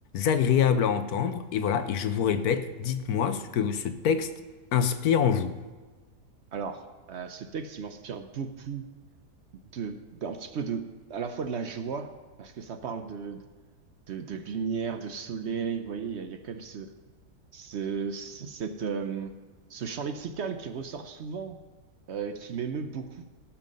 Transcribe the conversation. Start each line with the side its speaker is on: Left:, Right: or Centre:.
Left: agréable à entendre. Et voilà, et je vous répète, dites-moi ce que ce texte inspire en vous.
Right: Alors, euh, ce texte, il m'inspire beaucoup de, d'un petit peu de, à la fois de la joie, parce que ça parle de. de, de lumière, de soleil. Vous voyez, il y a, il y a quand même ce, ce, ce- cette, euh, ce champ lexical qui ressort souvent, euh, qui m'émeut beaucoup.